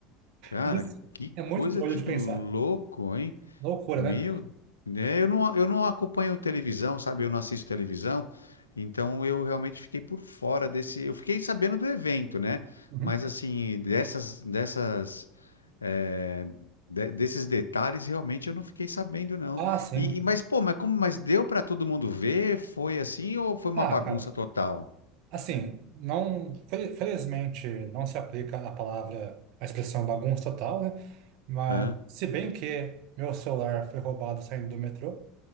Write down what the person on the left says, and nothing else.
cara,
que
coisa
de
louco, hein?
Meu,
né, eu não, eu não acompanho televisão, sabe? Eu não assisto televisão, então eu realmente fiquei por fora desse. Eu fiquei sabendo do evento, né?
Mas assim, dessas, dessas, eh, de- desses detalhes realmente eu não fiquei sabendo, não.
E, e- mas pô, mas como, mas deu para todo mundo ver? Foi assim ou foi uma
bagunça
total?
Aham.